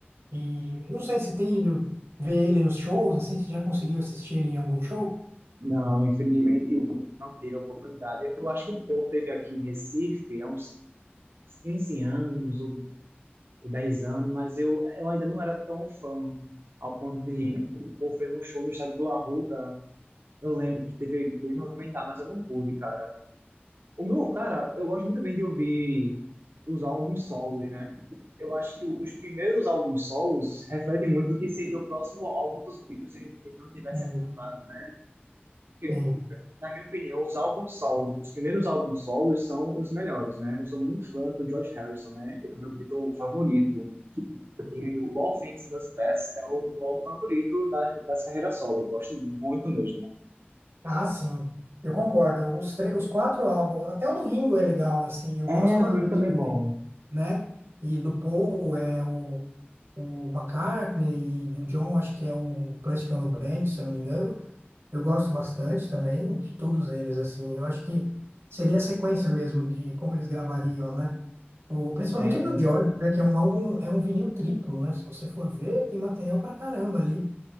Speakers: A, on the right; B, on the right.
A: E não sei se tem ido ver ele nos shows, assim, se já conseguiu assistir ele em algum show.
B: Não, infelizmente eu não teve a oportunidade. Eu acho que o Paul teve aqui em Recife há uns 15 anos ou ou 10 anos, mas eu, eu ainda não era tão fã ao ponto de ir. o Paul fez um show no estádio do Arruda Eu lembro que teve bem movimentado, mas eu não pude, cara. O meu, cara, eu gosto muito bem de ouvir os álbuns solos, né? Eu acho que os primeiros álbuns solos refletem muito o que seria o próximo álbum dos Beatles se eles não tivessem
A: Tem.
B: acabado, né? Porque,
A: tem.
B: na minha opinião, os álbuns solos, os primeiros álbuns solos são os melhores, né? Eu sou muito fã do George Harrison, né? Ele é o meu Beatle favorito. E o All Things Must Pass é o meu álbum favorito das, das carreiras solo. Eu gosto muito mesmo.
A: Ah, sim. Eu concordo. Os, tre- os quatro álbuns, até o do Ringo é legal, assim, eu
B: É,
A: gosto bastante
B: do Domingo também
A: também,
B: é bom.
A: né? E do Paul é o, o McCartney e do John, acho que é o Plastic Ono Band, se eu não me engano. Eu gosto bastante também de todos eles, assim. Eu acho que seria a sequência mesmo de como eles gravariam, né? O, principalmente
B: É,
A: o do George, né? Que é um álbum, é um vinil triplo, né? Se você for ver, tem material pra caramba ali.